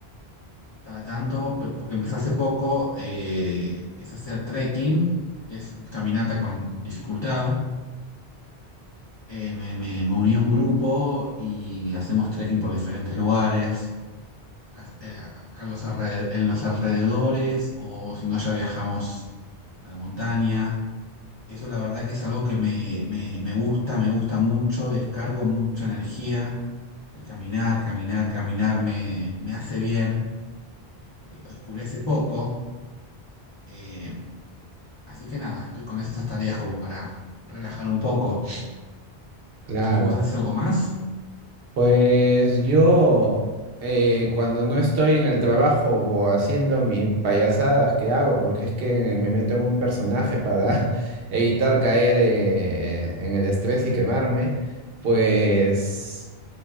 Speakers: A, on the left; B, on the right.
A: cada tanto, pe- porque empecé hace poco, eh, es hacer trekking, que es caminata con dificultad. Eh, me, me, me uní a un grupo y hacemos trekking por diferentes lugares, acá, eh, acá en los alre- en los alrededores, o si no, ya viajamos a la montaña. Eso la verdad que es algo que me, me, me gusta, me gusta mucho, descargo mucha energía. El caminar, caminar, caminar me, me hace bien. Eh, lo descubrí hace poco. eh, así que nada, estoy con estas tareas como para relajar un poco.
B: Claro.
A: ¿Y vos haces algo más?
B: Pues yo, eh, cuando no estoy en el trabajo o haciendo mis payasadas que hago, porque es que me meto en un personaje para <laughs> evitar caer eh, en el estrés y quemarme, pues